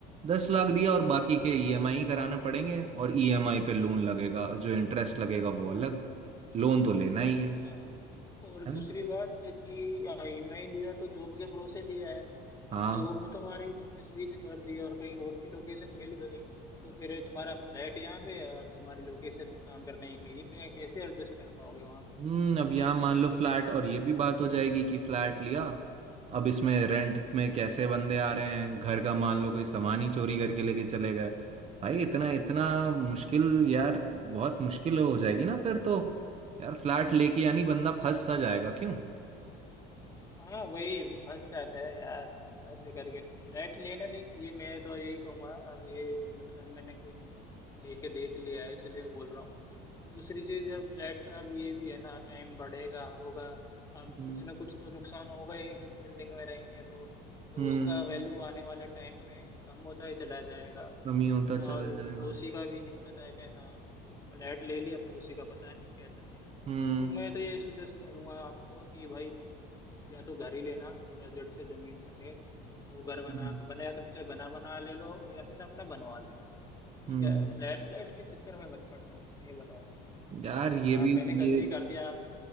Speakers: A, on the right; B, on the left.
A: दस लाख दिया और
B: हम्म,
A: बाकी के ईएमआई कराने पड़ेंगे और ईएमआई पे लोन लगेगा जो इंटरेस्ट लगेगा वो अलग लोन तो लेना ही है
B: हाँ और
A: है
B: दूसरी
A: ना
B: बात है कि ईएमआई लिया तो जॉब के भरोसे लिया है
A: हाँ
B: अब जॉब भी तुम्हारी तुमने स्विच कर दी और कहीं और की लोकेशन मिल गई तो फिर तुम्हारा फ्लैट यहाँ पे है और तुम्हारी लोकेशन काम करने की कहीं पे है। कैसे एडजस्ट कर पाओगे वहां पे
A: हम्म अब यहाँ मान लो फ्लैट और ये भी बात हो जाएगी कि फ्लैट लिया अब इसमें रेंट में कैसे बंदे आ रहे हैं घर का मान लो कोई सामान ही चोरी करके लेके चले गए भाई इतना इतना मुश्किल यार बहुत मुश्किल हो जाएगी ना फिर तो यार फ्लैट लेके यानी बंदा फंस सा जाएगा क्यों
B: हाँ वही फंस जाता है यार ऐसे करके फ्लैट लेना नहीं चाहिए मैं तो यही कहूंगा अब ये मतलब मैंने खुद लेके देख लिया है इसलिए बोल रहा हूँ दूसरी चीज अब फ्लैट का अब ये भी है ना टाइम बढ़ेगा होगा अब
A: हम्म
B: कुछ ना कुछ तो नुकसान होगा ही किसी बिल्डिंग में रहेंगे तो तो
A: हम्म
B: उसका वैल्यू आने वाले टाइम में कम होता ही चला जाएगा
A: कमी होता
B: और
A: चला जाएगा
B: पड़ोसी का भी नहीं पता है कैसा फ्लैट ले लिया पड़ोसी का पता नहीं कैसा क्या है
A: हम्म
B: तो मैं तो ये सुजेस्ट करूंगा आपको कि भाई तुम या तो घर ही लेना पूरा जड़ से जमीन समेत वो घर बना
A: हम्म
B: बना या तो चाहे बना बना ले लो या फिर अपना बनवा लेना ठीक
A: हम्म।
B: है फ्लैट व्लैट के चक्कर में मत पड़ना मैं ये बताऊंगा तुम्हें
A: यार ये भी
B: आ, मैंने गलती
A: ये
B: कर दिया आप